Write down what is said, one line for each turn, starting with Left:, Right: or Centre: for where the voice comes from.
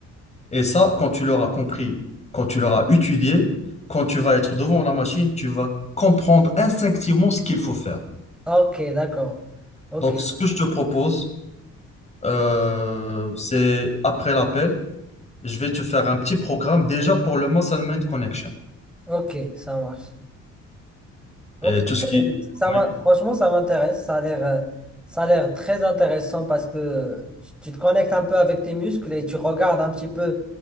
Left: Et ça, quand tu l'auras compris, quand tu l'auras étudié, quand tu vas être devant la machine, tu vas comprendre instinctivement ce qu'il faut faire.
Centre: ok, d'accord. Ok,
Left: Donc, ce que je te propose, euh, c'est après l'appel, je vais te faire un petit programme déjà pour le Muscle Mind Connection
Centre: ok, ça marche. Ok,
Left: et tout ce qui.
Centre: ça m'a-
Left: Oui.
Centre: franchement, ça m'intéresse. Ça a l'air, euh, ça a l'air très intéressant parce que tu tu te connectes un peu avec tes muscles et tu regardes un petit peu